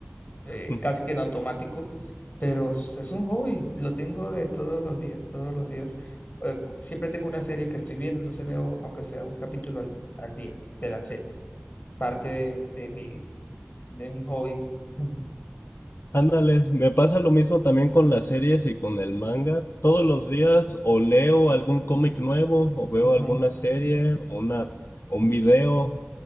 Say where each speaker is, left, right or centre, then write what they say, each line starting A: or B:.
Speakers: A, on the left (about 45°); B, on the left (about 85°).
A: eh,
B: <laughs>
A: casi que en automático, pero s- es un hobby, lo tengo de todos los días, todos los días. Eh, siempre tengo una serie que estoy viendo, entonces veo aunque sea un capítulo al, al día de la serie, parte de, de mi, de mis hobbies. Mm.
B: Ándale, me pasa lo mismo también con las series y con el manga. Todos los días o leo algún cómic nuevo, o veo
A: Ujú.
B: alguna serie, o una, un video,